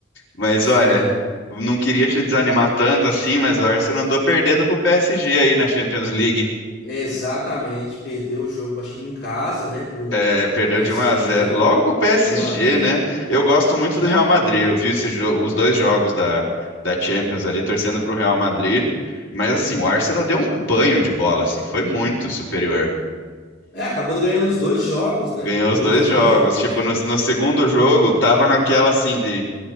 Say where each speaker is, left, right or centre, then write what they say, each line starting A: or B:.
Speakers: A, on the left (about 80°); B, on the left (about 60°).
A: Mas
B: Sim.
A: olha, não queria te desanimar tanto assim, mas o Arsenal andou perdendo pro PSG aí na Champions League.
B: Exatamente, perdeu o jogo, acho que em casa, né, pro,
A: É,
B: pro
A: perdeu
B: PSG
A: de um a zero Logo pro PSG,
B: de um a zero
A: né? Eu gosto muito
B: É.
A: do Real Madrid. Eu vi esse jo- os dois jogos da, da Champions ali, torcendo pro Real Madrid. Mas assim, o Arsenal deu um banho de bola, assim, foi muito superior.
B: É, acabou ganhando os dois jogos, né?
A: Ganhou
B: Ganhou
A: os dois
B: os dois
A: jogos.
B: jogos.
A: Tipo, no, no segundo jogo, tava naquela assim de.